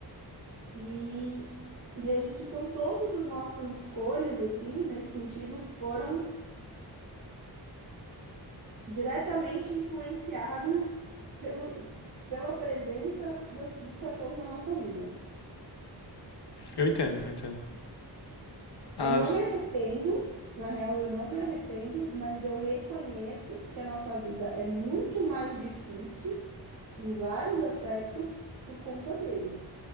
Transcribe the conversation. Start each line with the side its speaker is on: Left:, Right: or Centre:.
Right: E, e a gente, então, todas as nossas escolhas, assim, nesse sentido, foram diretamente influenciada pelo, pela presença das- dos cachorros na nossa vida.
Left: eu entendo, eu entendo. As.
Right: Eu não me arrependo, na real, eu não me arrependo, mas eu reconheço que a nossa vida é muito mais difícil em vários aspectos por conta deles.